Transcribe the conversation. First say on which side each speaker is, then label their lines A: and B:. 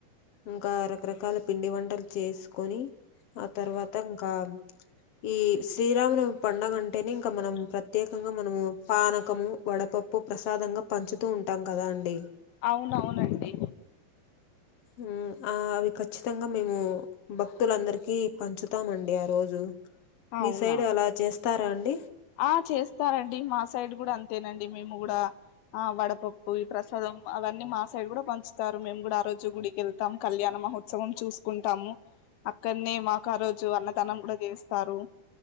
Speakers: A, on the left; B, on the left.
A: ఇంకా రకరకాల పిండి వంటలు చెస్ కొని ఆ తర్వాత ఇంకా ఈ శ్రీరామ <unintelligible> పండగ అంటేనే ఇంకా మనం ప్రత్యేకంగా మనము పానకము వడపప్పు ప్రసాదంగ పంచుతూ ఉంటాం కదా అండి
B: అవునవునండి
A: ఉమ్ ఆ అవి ఖచ్చితంగా మేము భక్తులందరికీ పంచుతామండి ఆ రోజు మీ
B: అవునా
A: సైడ్ అల చేస్తారా అండి
B: ఆ చేస్తారండి మా సైడ్ గూడా అంతేనండి మేము గూడ ఆ వడపప్పు ఈ ప్రసాదం అవన్నీ మా సైడ్ గూడా పంచుతారు మేము కూడా ఆ రోజు గుడికి వెళ్తాం కళ్యాణ మహో ఉత్సవం చూసుకుంటాము అక్కన్నే మాకు ఆ రోజు అన్నదానం గూడ చేస్తారు